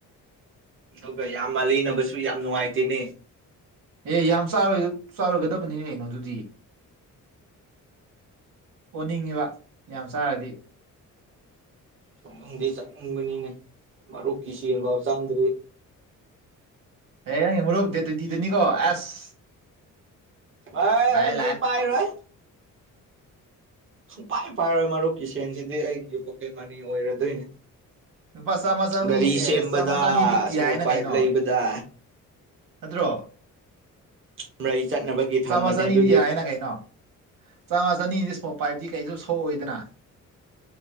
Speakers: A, on the right (about 40°); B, on the right (about 85°).
A: ꯑꯗꯨꯒ ꯌꯥꯝ ꯃꯥꯜꯂꯤꯅꯕꯁꯨ ꯌꯥꯝ ꯅꯨꯡꯉꯥꯏꯇꯦꯅꯦ
B: ꯑꯦ ꯌꯥꯝꯔ ꯆꯥꯎꯔꯣꯏꯒꯗꯕꯅꯤꯅ ꯀꯩꯅꯣ ꯑꯗꯨꯗꯤ ꯑꯣꯅꯤꯡꯉꯤꯕ ꯌꯥꯝ ꯆꯥꯔꯗꯤ
A: <unintelligible> ꯆꯠꯅꯤꯡꯕꯅꯤꯅꯦ ꯃꯔꯨꯞꯀꯤ ꯁꯦꯟ ꯕꯥꯎ ꯆꯪꯗ꯭ꯔꯤ
B: ꯑꯦ ꯅꯪꯒꯤ ꯃꯨꯔꯨꯞ ꯗꯦꯠ ꯇ꯭ꯋꯦꯟꯇꯤꯗꯅꯤꯀꯣ ꯑꯁ
A: ꯍꯣꯏ
B: ꯂꯥꯛꯑꯦ
A: ꯍꯗꯤ
B: ꯂꯥꯛꯑꯦ
A: ꯄꯥꯏꯔꯣꯏ ꯁꯨꯛ ꯄꯥꯏ ꯄꯥꯏꯔꯣꯏ ꯃꯔꯨꯞꯀꯤ ꯁꯦꯟꯁꯤꯗꯤ ꯑꯩꯒꯤ ꯄꯣꯀꯦꯠ ꯃꯅꯤ ꯑꯣꯏꯔꯗꯣꯏꯅꯦ
B: ꯂꯨꯄꯥ ꯆꯥꯝꯃ ꯆꯥꯝꯃꯔꯤ
A: ꯒꯥꯔꯤ
B: ꯑꯦ
A: ꯁꯦꯝꯕꯗ
B: ꯆꯥꯝꯃ ꯆꯅꯤꯗꯤ
A: ꯏꯁꯃꯣꯛ
B: ꯌꯥꯏꯅ
A: ꯄꯥꯏꯞ
B: ꯀꯩꯅꯣ
A: ꯂꯩꯕꯗ
B: ꯅꯠꯇ꯭ꯔꯣ
A: ꯃꯔꯩ ꯆꯠꯅꯕꯒꯤ ꯊꯝꯃꯅꯤ
B: ꯆꯥꯝꯃ ꯆꯅꯤꯗꯤ
A: ꯑꯗꯨꯗꯤ
B: ꯌꯥꯏꯌꯦꯅ ꯀꯩꯅꯣ ꯆꯥꯝꯃꯥ ꯆꯅꯤ ꯗꯤ ꯏꯁꯃꯣ ꯄꯥꯏꯞꯇꯗꯤ ꯀꯩꯁꯨ ꯁꯣꯛꯑꯣꯏꯗꯅ